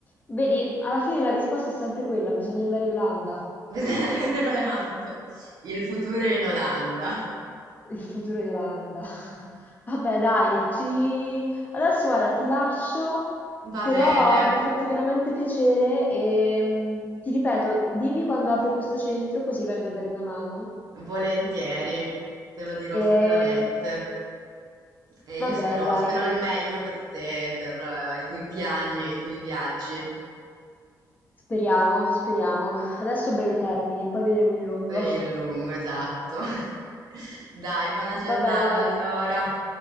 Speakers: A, on the left; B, on the right.
A: Vedi, alla fine la risposta è sempre quella, bisogna andare in Olanda.
B: <laughs> Bisogna andare in Olanda. Il futuro è in Olanda.
A: Il futuro di Irlanda. <laughs> Vabbè, dai, ci... adesso guarda, ti lascio,
B: Va
A: però
B: bene.
A: mi ha fatto veramente piacere e mm, ti ripeto, dimmi quando apre questo centro così vengo a dare una mano.
B: Volentieri, te lo dirò
A: E
B: sicuramente. E
A: va
B: io spero,
A: bene, dai,
B: spero il meglio per te, per eh, i tuoi piani e i tuoi viaggi.
A: speriamo, speriamo. Adesso breve termine, poi vedremo il lungo.
B: Per il lungo, esatto. <laughs> Dai, buona giornata
A: <laughs> Vabbè, dai,
B: allora.